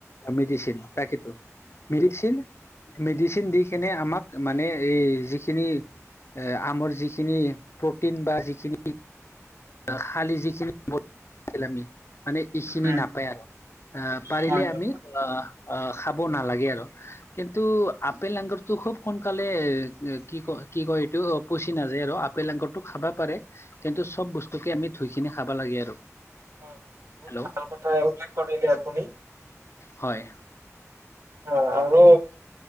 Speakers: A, on the left; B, on the right.
A: আ মিডিচিন তাকেতো, মিডিচিন মেডিচিন দি কিনে আমাক মানে এই যিখিনি এ আমৰ যিখিনি প্ৰটিন বা যিখিনি খালি যিখিনি <inaudible> আমি মানে এইখিনি
B: উম,
A: নাপায় আৰু আহ পাৰিলে
B: হয়,
A: আমি,
B: হয়,
A: অ অ খাব নালাগে আৰু। কিন্তু আপেল, আঙুৰটো খুব সোনকালে উম কি ক কি কয় এইটো পচি নাযায় আৰু আপেল, আঙুৰটো খাবা পাৰে কিন্তু চব বস্তুকে আমি ধুইখিনি খাবা লাগে আৰু।
B: হয়, বহুত
A: হেল্ল'
B: ভাল কথা উল্লেখ কৰিলে আপুনি।
A: হয়।
B: অ আৰু